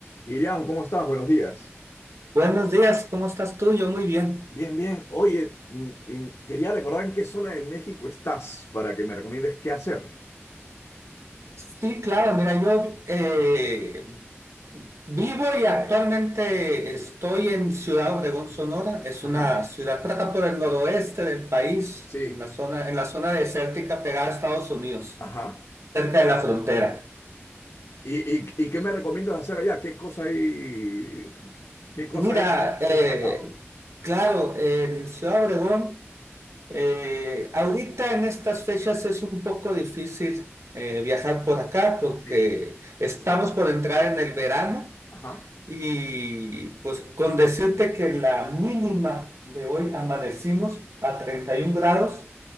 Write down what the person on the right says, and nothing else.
Buenos días, ¿cómo estás tú? Yo muy bien.
Sí, claro, mira, yo eh, vivo y actualmente estoy en Ciudad Obregón, Sonora. Es
una ciudad por acá por el noroeste del país,
en la zona, en la zona desértica pegada a Estados Unidos,
cerca de la frontera.
Mira,
eh, claro, en Ciudad Obregón. Eh, ahorita en estas fechas es un poco difícil eh, viajar por acá porque
estamos por entrar en el verano
y pues con decirte que la mínima de hoy amanecimos a 31 grados,